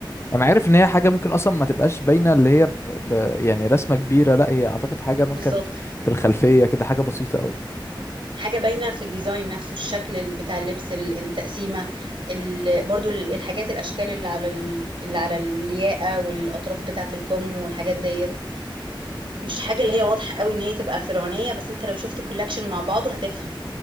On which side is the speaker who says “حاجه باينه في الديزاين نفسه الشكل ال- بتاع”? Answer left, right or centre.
Right